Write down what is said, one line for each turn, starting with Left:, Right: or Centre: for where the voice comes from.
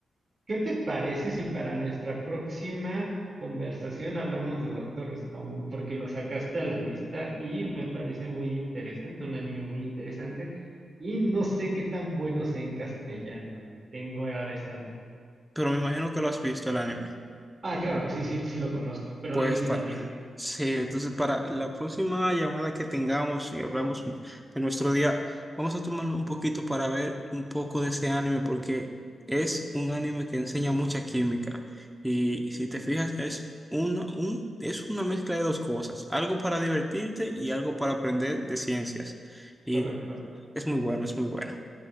Right: ¿Qué te parece si para nuestra próxima conversación hablamos de Doctor Stone? Porque lo sacaste a la lista y me parece muy interesante, un anime muy interesante. Y no sé qué tan bueno sea en castellano y tengo ahora esa duda.
Centre: Pero me imagino que lo has visto el anime.
Right: Ah, claro, sí, sí, sí lo conozco, pero
Centre: Pues
Right: lo he visto
Centre: pa-
Right: en latino.
Centre: sí, entonces para la próxima llamada que tengamos y hablamos un- de nuestro día, vamos a tomar un poquito para ver un poco de ese anime porque es un anime que enseña mucha química y si te fijas es una, un, es una mezcla de dos cosas, algo para divertirte y algo para aprender de ciencias y
Right: Correcto.
Centre: es muy bueno, es muy bueno.